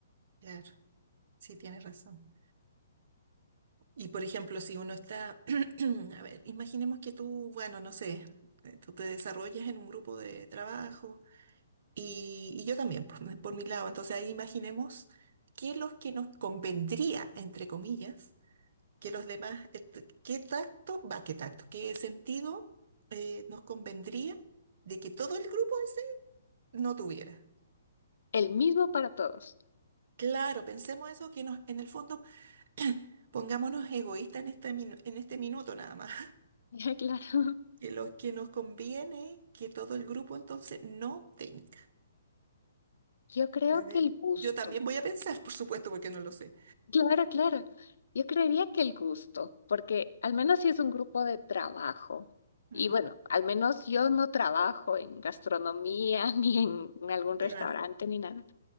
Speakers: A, on the right; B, on the left.
A: claro, sí, tienes razón. Y por ejemplo, si uno está, <clears throat> a ver, imaginemos que tú, bueno, no sé, eh, tú te desarrollas en un grupo de trabajo y, y yo también, por, mi por mi lado. Entonces ahí imaginemos qué es lo que nos convendría, entre comillas, que los demás, eh, t- qué tacto, va, qué tacto, qué sentido eh, nos convendría de que todo el grupo ese no tuviera.
B: el mismo para todos.
A: Claro, pensemos eso, que nos, en el fondo pongámonos egoístas en este, minu- en este minuto nada más.
B: <laughs> Claro,
A: de los que nos conviene que todo el grupo entonces no tenga.
B: yo creo
A: A
B: que
A: ver,
B: el gusto,
A: yo también voy a pensar, por supuesto, porque no lo sé.
B: claro, claro, yo creería que el gusto, porque al menos si es un grupo de trabajo, y
A: Mm,
B: bueno, al menos yo no trabajo en gastronomía <laughs> ni en, en algún restaurante
A: claro.
B: ni nada,